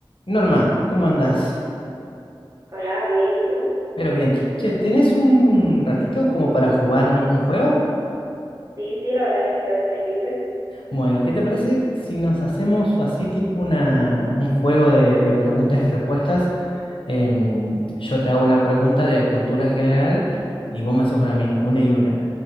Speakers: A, on the left; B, on the right.
A: Norma, ¿cómo andás?
B: Hola, bien, ¿y tú?
A: Pero bien. Che, ¿tenés un ratito como para jugar un, un juego?
B: Sí, sí, la verdad que sí, ahora estoy libre.
A: Bueno, ¿qué te parece si nos hacemos así tipo una, un juego de, de preguntas y respuestas? Em, yo te hago una pregunta de cultura general y vos me haces una a mí, una y una.